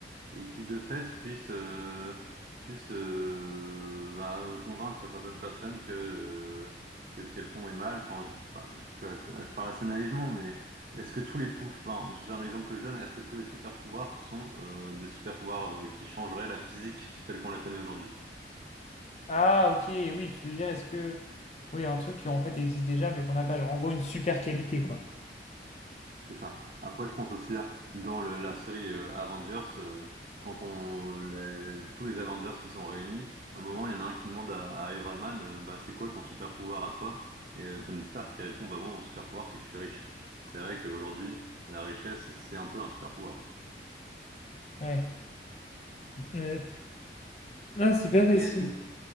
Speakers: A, on the right (about 45°); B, on the left (about 40°).
A: et qui, de fait, puisse, euh, puisse euh, bah, convaincre certaines personnes que, euh, que ce qu'elles font est mal. Enfin, je dis pas, je suis assez- je parle assez naïvement, mais est-ce que tous les pouvoirs, enfin, c'est un exemple que je donne, est-ce que tous les super pouvoirs sont euh, des super pouvoirs euh, qui changeraient la physique telle qu'on la connaît aujourd'hui?
B: Ah, ok, oui, tu veux dire, est-ce que. Oui, un truc qui en fait existe déjà, mais qu'on n'a pas. Genre, en gros, une super qualité,
A: Mm.
B: quoi.
A: C'est ça. Après, je pense aussi à- dans le- la série euh, Avengers, euh, quand on les- tous les Avengers qui sont réunis, à un moment, il y en a un qui demande à, à Iron Man, euh, bah, c'est quoi ton super pouvoir à toi? Et euh, Tony Stark qui répond, bah moi, mon super pouvoir, c'est que je suis riche. C'est vrai qu'aujourd'hui, la richesse, c'est un peu un super pouvoir.
B: Ouais. Euh, Ah, c'est pas facile.
A: Et est-ce que